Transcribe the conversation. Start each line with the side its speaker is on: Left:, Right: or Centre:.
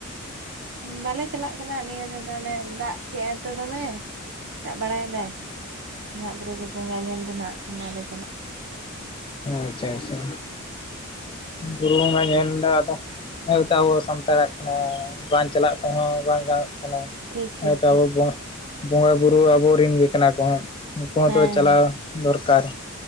Right: ᱩᱢ‌ ᱵᱟᱞᱮ ᱪᱟᱞᱟᱜ ᱠᱟᱱᱟ ᱱᱤᱭᱟᱹ ᱫᱷᱟᱣ ᱫᱚ ᱚᱱᱮ ᱫᱟᱜ ᱠᱮᱜ- ᱟᱭ ᱛᱚ ᱫᱚᱢᱮ᱾ ᱛᱟᱜ ᱵᱟᱲᱟᱭ ᱫᱟᱭ ᱚᱱᱟ ᱵᱩᱨᱩ ᱫᱚ ᱵᱚᱝᱜᱟ ᱧᱮᱞ ᱫᱚ ᱱᱟᱦᱟᱸᱜ ᱢᱟᱞᱮ ᱪᱟᱞᱟᱜᱼᱼ
Left: ᱟᱪᱪᱷᱟ ᱟᱪᱷᱟ ᱵᱩᱨᱩ ᱵᱚᱸᱜᱟ ᱧᱮᱞ ᱫᱚ ᱟᱫᱚᱼᱼ ᱦᱮᱸ ᱛᱚᱣ ᱟᱵᱚ ᱥᱟᱱᱛᱟᱲᱟᱜ ᱠᱟᱱᱟ ᱵᱟᱝ ᱪᱟᱞᱟᱜ ᱛᱮᱦᱚᱸ ᱵᱟᱝ ᱜᱟᱱᱚᱜ ᱠᱟᱱᱟ᱾
Right: ᱴᱷᱤᱠ
Left: ᱦᱮᱸᱛᱚ
Right: ᱴᱷᱤᱠ
Left: ᱟᱵᱚ ᱵᱚᱸᱜᱟ ᱵᱚᱝᱜᱟ ᱵᱩᱨᱩ ᱟᱵᱩ ᱨᱤᱱ ᱜᱮ ᱠᱟᱱᱟ ᱠᱚ ᱦᱮᱸ ᱩᱱᱠᱩ ᱦᱚᱸ
Right: ᱦᱮᱸ
Left: ᱛᱚ ᱪᱟᱞᱟᱣᱼᱼ ᱫᱚᱨᱠᱟᱨ᱾